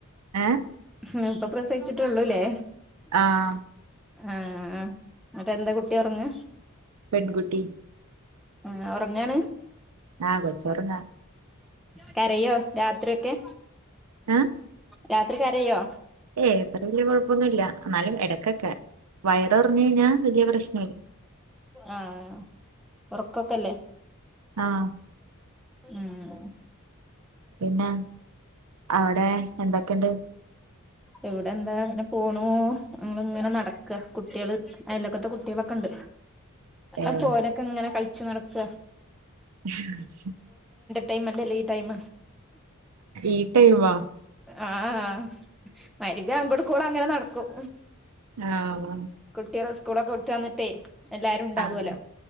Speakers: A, on the right; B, in the centre.
A: ഏ
B: ഇപ്പ പ്രസ വച്ചിട്ടള്ളൂല്ലേ
A: ആഹ്
B: ആഹ എന്നിട്ട് എന്താ കുട്ടി ഉറങ്ങ
A: പെൺകുട്ടി
B: ആ ഉറങ്ങാണ്
A: ആഹ് കൊച്ചൊറങ്ങാ
B: കരയ്യോ രാത്രി ഒക്കെ
A: ആഹ
B: രാത്രിക്കരയ്യോ
A: ഏ എത്ര വല്യ കുഴപ്പൊന്നുമല്ല എന്നാലും ഇടക്കൊക്കെ വയറി എറിഞ്ഞു കഴിഞ്ഞാൽ വലിയ പ്രശ്നം
B: ആഹ ഉറക്കൊക്കല്ലേ
A: ആഹ്
B: ഉം
A: പിന്നെ അവിടെ എന്തൊക്കെയണ്ട്
B: എവിടെ എന്താ അങ്ങനെ പോണു ഇങ്ങനെ നടക്കുക കുട്ടികള് അതിലക്കത്തെ കുട്ടികളൊക്കെ ഉണ്ട്
A: ഏഹ്
B: അപ്പോരൊക്കെ ഇങ്ങനെ കളിച്ചു നടക്ക
A: ഹ് ഹ്
B: ടൈംന്തല്ല ഈ ടൈം
A: ഈ ടൈം വ
B: ആഹ മവ്രിബാകൊടുക്കൂളും അങ്ങനെ നടക്കും
A: ആഹ
B: കുട്ടികള് സ്കൂളൊക്കെ വിട്ട് വന്നിട്ടേ എല്ലാരും ഉണ്ടാവല്ലോ
A: ആഹ്